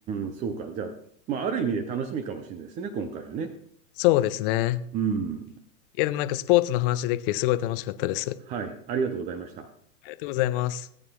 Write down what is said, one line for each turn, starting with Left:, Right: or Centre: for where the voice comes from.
Right: ん、そうか。じゃあ、まあ、ある意味で楽しみかもしれないですね、今回はね。
Left: そうですね。
Right: うん。
Left: いやでもなんかスポーツの話できてすごい楽しかったです。
Right: はい。ありがとうございました。
Left: ありがとうございます。